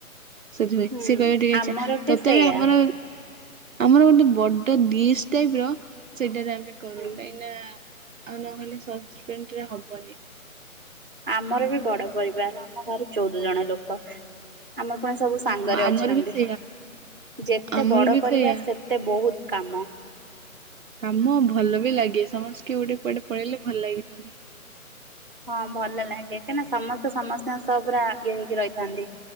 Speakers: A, on the right; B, on the right.
A: ସେଥିପାଇଁ
B: ହୁଁ
A: ସିଏ କହିବ ଟିକେ
B: ଆମର
A: ଚା ତଥାପି
B: ସେଇଆ
A: ବି ଆମର ଆମର ଗୋଟେ ବଡ ଡିସ୍ ଟାଇପ୍ ର ସେଇଟାରେ ଆ ମେ କରୁ
B: ହୁଁ
A: କାହିଁକି ନା ଆଉ ନହେଲେ ସସ୍ପେଣ୍ଡରେ ହବନି।
B: ଆମର ବି ବଡ ପରିବାର ଆମ ଘରେ ଚଉଦ ଜଣ ଲୋକ। ଆମ ପାଇଁ ସବୁ ସାଙ୍ଗରେ
A: ହଁ ଆମର
B: ଅଛନ୍ତି
A: ବି ସେଇଆ
B: ଯେତେ
A: ଆମର
B: ବଡ
A: ବି
B: ପରିବାର
A: ସେଇଆ
B: ସେତେ ବହୁତ୍ କାମ।
A: କାମ ଭଲ ବି ଲାଗେ ସମ- କିଏ ଗୋଟେ କୁଆଡେ ପଳେଇଲେ ଭଲ ଲାଗିବନି।
B: ହଁ ଭଲ ଲାଗେ କାହିଁକିନା ସମସ୍ତେ ସମସ୍ତଙ୍କ ସହ ପୁରା ଇଏ ହେଇକି ରହିଥାନ୍ତି।